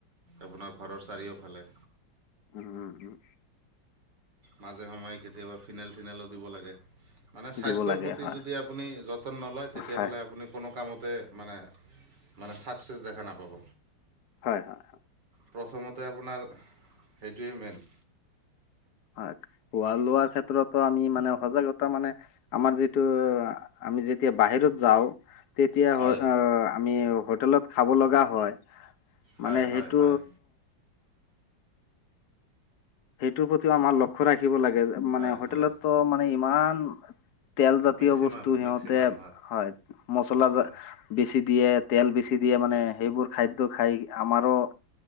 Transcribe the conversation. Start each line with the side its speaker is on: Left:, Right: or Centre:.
Right: আপোনাৰ ঘৰৰ চাৰিওফালে।
Left: উম উম উম।
Right: মাজে সময়ে কেতিয়াবা ফিনেল থিনেলো দিব লাগে। মানে স্বাস্থ্যৰ
Left: দিব লাগে
Right: প্ৰতি
Left: হয়
Right: যদি আপুনি যতন নলয় তেতিয়াহ'লে
Left: হয়
Right: আপুনি কোনো কামতে মানে, মানে চাকচেছ দেখা নাপাব।
Left: হয় হয়
Right: প্ৰথমতে আপোনাৰ সেইটোৱেই মেইন।
Left: হয় খোৱা লোৱাৰ ক্ষেত্ৰতো আমি মানে সজাগতা মানে আমাৰ যিটো আমি যেতিয়া বাহিৰত যাওঁ তেতিয়া
Right: হয়
Left: হ আ আমি হোটেলত খাব লগা হয়। মানে
Right: হয়
Left: সেইটো
Right: হয় হয়
Left: সেইটোৰ প্ৰতিও আমাৰ লক্ষ্য ৰাখিব লাগে মানে
Right: হয়
Left: হোটেলতো
Right: হয়
Left: মানে ইমান তেলজাতীয়
Right: মেক্সিমাম
Left: বস্তু সিহঁতে
Right: মেক্সিমাম
Left: হয় মচলা
Right: হয়
Left: জা বেছি দিয়ে তেল বেছি দিয়ে মানে
Right: হয়
Left: সেইবোৰ খাদ্য খাই আমাৰো